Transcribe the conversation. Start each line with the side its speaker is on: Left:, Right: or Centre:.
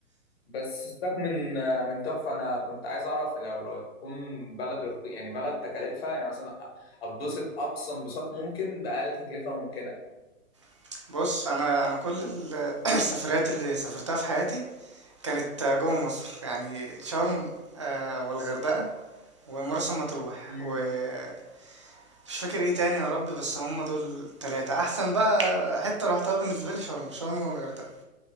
Left: بس سيبك من آه، من تحفه انا كنت عايز اعرف لو لو تكون بلد رخي يعني بلد تكلفها يعني مثلا اتبسط اقصى انبساط ممكن باقل تكلفه ممكنه
Right: <laughs> بص انا انا كل ال- <clears throat> السفريات اللي سافرتها في حياتي كانت جوه مصر يعني شرم آه، والغردقة ومرسى مطروح
Left: مم.
Right: ومش فاكر ايه تاني يا رب بس هم دول التلاتة احسن بقى حتة روحتها بالنسبة لي شرم شرم والغردقة